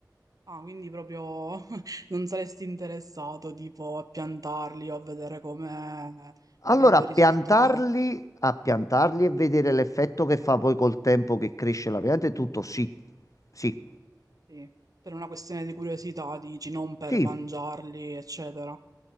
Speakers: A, on the right (about 55°); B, on the left (about 50°).
A: Ah, quindi proprio <laughs> non saresti interessato, tipo, a piantarli o a vedere come
B: Allora,
A: potrebbe
B: piantarli,
A: risultare.
B: a piantarli e vedere l'effetto che fa poi col tempo che cresce la pianta e tutto, sì, sì,
A: Sì, per una questione di curiosità, dici, non per
B: sì,
A: mangiarli, eccetera.